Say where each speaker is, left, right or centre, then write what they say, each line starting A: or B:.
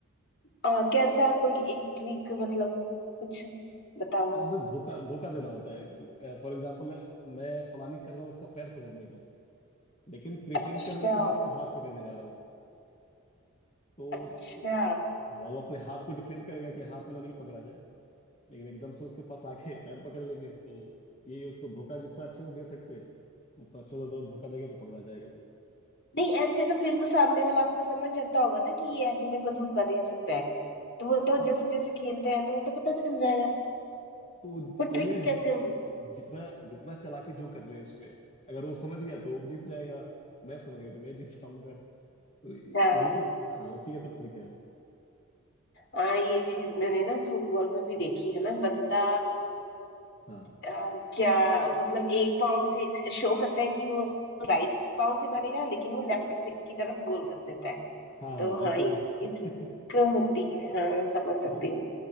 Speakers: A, on the left; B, on the left.
A: आ, कैसा कोई एक ट्रिक मतलब कुछ बताओ
B: तो जैसे धोखा धोखा देना होता है फॉर एग्जाम्पल मैं प्लानिंग कर रहा हूँ उसका पैर पकड़ने का लेकिन प्रिटेंड
A: अच्छा
B: करूंगा कि मैं उसका हाथ पकड़ने जा रहा हूँ तो
A: अच्छा
B: उस उ- हाँ वो अपने हाथ को डिफेंड करेगा कि हाथ में ना नहीं पकड़ा जाए लेकिन एकदम से उसके पास आके पैर पकड़ लेंगे तो ये उसको धोखा जितना अच्छे से दे सकते उतना अच्छे से तो धोखा देगा तो पकड़ा जाएगा वो
A: नहीं ऐसे तो फिर वो सामने वाला आपको समझ जाता होगा ना कि ये ऐसे मेरे को धोखा दे सकता है तो वो तो
B: हाँ
A: जैसे जैसे खेलते हैं तो वो तो पता चल जाएगा
B: तो
A: वो ट्रिक
B: वही है
A: कैसे होगी
B: जितना जितना चालाकी जो कर ले उसमें अगर वो समझ गया तो वो जीत जाएगा मैं समझ गया तो मैं जीत जाऊंगा तो
A: हाँ
B: वही तो हाँ उसी का तो ट्रिक है वो
A: हाँ ये चीज मैंने ना फुटबॉल में भी देखी है ना बंदा
B: हाँ
A: अ, क्या मतलब एक पाव से शो करता है कि वो राइट पाव से मारेगा लेकिन वो लेफ्ट से की तरफ गोल कर देता है
B: हाँ
A: तो
B: हाँ बिल्कुल
A: हाँ ये,
B: वही
A: ये ट्रिक
B: <laughs>
A: होती है हाँ समझ सकती
B: हाँ
A: हूँ